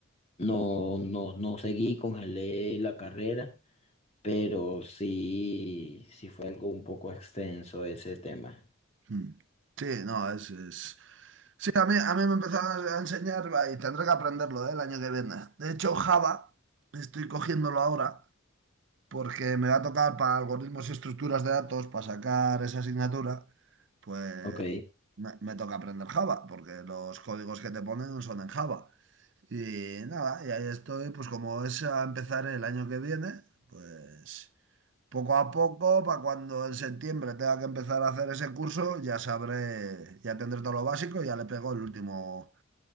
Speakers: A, on the left; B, on the right.
A: no, no, no seguí, congelé la carrera, pero sí, sí fue algo un poco extenso ese tema.
B: Mm. Sí, no, es, es- Sí, a mí, a mí me empezaron a enseñar va, y tendré que aprenderlo, eh, el año que viene. De hecho, Java estoy cogiéndolo ahora porque me va a tocar para algoritmos y estructuras de datos, para sacar esa asignatura, pues
A: Ok.
B: me, me toca aprender Java porque los códigos que te ponen no son en Java. Y nada, y ahí estoy, pues como es a empezar el año que viene, pues... Poco a poco, para cuando en septiembre tenga que empezar a hacer ese curso, ya sabré, ya tendré todo lo básico, ya le pego el último,